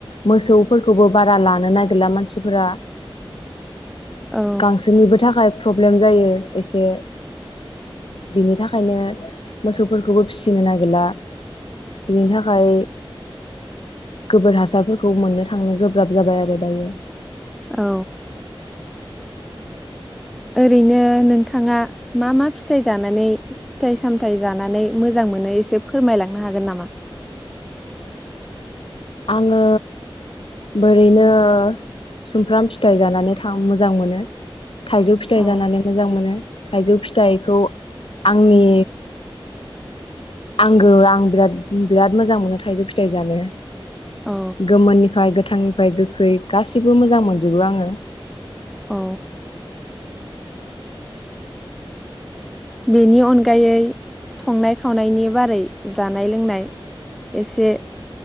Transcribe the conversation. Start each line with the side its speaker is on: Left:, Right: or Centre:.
Left: मोसौफोरखौबो बारा लानो नागिरला मानसिफोरा।
Centre: औ
Left: गांसोनिबो थाखाय। प्रब्लेम जायो एसे बिनि थाखायनो मोसौफोरखौबो फिसिनो नागिरला बिनि थाखाय गोबोर हासारफोरखौ। खौ मोननो थांनो गोब्राब जाबाय आरो दायो।
Centre: औ। ओरैनो नोंथाङा मा मा फिथायाइ जानानै फिथाइ सामथाय जानानै मोजां मोनो एसे फोरमायलांनो हागोन नामा?
Left: आङो बोरैनो सुमफ्राम फिथाइ जानानै थ मोजां मोनो। थाइजौ फिथाइ
Centre: अ
Left: जानानै मोजां मोनो। थाइजौ फिथाइखौ आंनि आंगो आं बिराद बिराद मोजां मोनो थाइजौ फिथाइ जानो।
Centre: औ
Left: गोमोननिफाय गोथ। गोथांनिफ्राय गोखै गासिबो मोजां मोनजोबो आङो।
Centre: औ। बेनि अनगायै संनाय खावनायनि बारै जानाय लोंनाय एसे